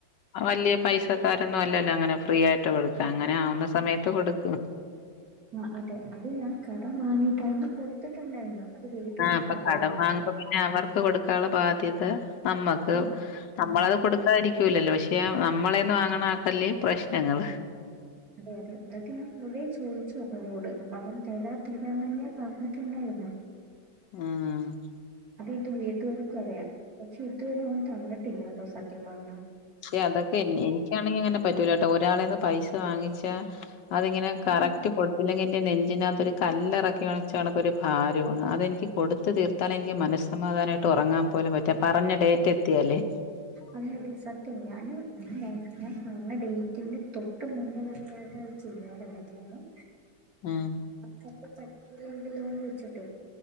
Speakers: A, on the left; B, on the right.
A: അ വലിയ പൈസക്കാരൊന്നും അല്ലല്ലോ അങ്ങനെ ഫ്രീ ആയിട്ട് കൊടുക്കാൻ. അങ്ങനെ ആവുന്ന സമയത്ത് കൊടുക്കും.
B: ആഹ് അതെ അത് ഞാൻ കടം വാങ്ങിയിട്ടായിരുന്നു കൊടുത്തിട്ടുണ്ടായിരുന്ന അത് വീട്ടുക്കാർക്കറിയപ്പം.
A: ആഹ് അപ്പൊ കടം വാങ്ങുമ്പോ പിന്നെ അവർക്ക് കൊടുക്കാനുള്ള ബാധ്യത നമ്മുക്ക്
B: ആഹ്
A: നമ്മളത്
B: ആ
A: കൊടുക്ക. ക്കാരിക്കൂല്ലല്ലോ പക്ഷെ നമ്മളെന്ന് വാങ്ങണ ആക്കല്ലേ പ്രശ്നങ്ങൾ.
B: അതെ അതെ എന്നിട്ട് ഞാൻ കുറെ ചോദിച്ചുഅവന്നോട് അപ്പൊ അവൻ തരാ തെരാ ന്നെയ. പറഞ്ഞ്ട്ട്ണ്ടായിരുന്നേ.
A: മ്മ്മ്
B: അത് എന്റെ വീട്ടുകാർക്കും അറിയാം പക്ഷെ ഇത് വരെ അവൻ തന്നിട്ടില്ല കേട്ടോ സത്യം പറഞ്ഞാ.
A: ക്ഷെ അതൊക്കെ എനി എനിക്കാണെങ്കി അങ്ങനെ പറ്റൂല ട്ടോ ഒരാളേന്ന് പൈസ വാങ്ങിച്ചാ. അതിങ്ങനെ കറക്റ്റ്.
B: അതെ
A: കൊടുത്തില്ലെങ്കിൽ എൻ്റെ നെഞ്ചിനകത്ത് ഒരു കല്ലറക്കി വച്ച കണക്ക് ഒരു ഭാരവാണ് അതെനിക്ക് കൊടു. ത്ത് തീർത്താലെ എനിക്ക് മനസ്സമാധാനമായിട്ട് ഉറങ്ങാൻ പോലും പറ്റാ പറഞ്ഞ ഡേറ്റ് എത്തിയാല്ലേ.
B: അതെടി സത്യം ഞാന് ഞാൻ വേ. ഞാൻ പറഞ്ഞ ഡേറ്റിന്റെ തൊട്ട് മുന്നേ വരെ ഞാൻ അത് ചെയ്യാറില്ല കാര്യം.
A: ഉംഹ്.
B: ചെലപ്പോ പറ്റൂലേങ്കിലന്ന് വെച്ചിട്ട്